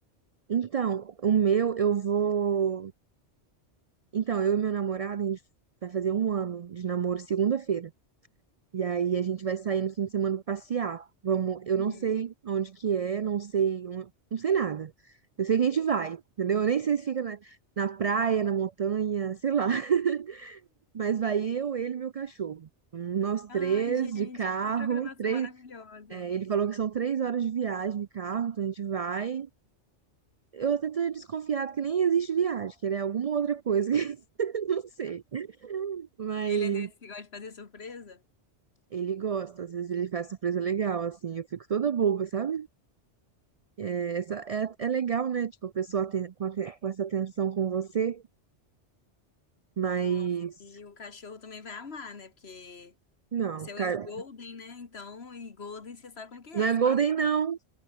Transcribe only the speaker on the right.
Então, o meu, eu vou. Então, eu e meu namorado, a gente vai fazer um ano de namoro segunda-feira. E aí a gente vai sair no fim de semana pra passear. Vamos, eu
não sei onde que é, não sei, on- não sei nada. Eu sei que a gente vai, entendeu? Eu nem sei se fica na, na praia, na montanha, sei lá. <laughs> Mas vai eu, ele e meu cachorro. Hum, Nós
três
de carro,
três.
é, ele falou que são três horas de viagem de carro, então a gente vai. Eu até tô desconfiado que nem existe viagem, que era alguma outra coisa, <laughs> que eu não sei. Mas
Ele gosta, às vezes ele faz surpresa legal, assim, eu fico toda boba, sabe? É, Essa é, é legal, né? Tipo, a pessoa tem, com, aten- com essa atenção com você, mas
não,
cara,
não é
Golden, não.